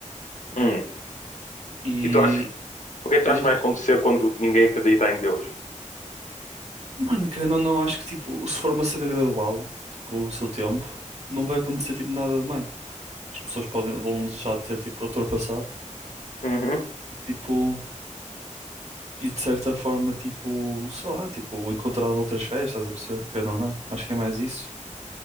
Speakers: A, on the left (about 65°); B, on the right (about 55°).
A: Hum.
B: E
A: E tu achas, o que é que tu
B: diz,
A: achas que vai
B: diz.
A: acontecer quando ninguém acredita em Deus?
B: mano, querendo ou não, acho que tipo, se for uma cena gradual, tipo, com o seu tempo, não vai acontecer tipo nada demais. As pessoas podem, vão deixar de ter tipo ultrapassado
A: Uhum.
B: e tipo, e de certa forma, tipo, sei lá, tipo, encontrar outras fés, estás a perceber? Querendo ou não, acho que é mais isso.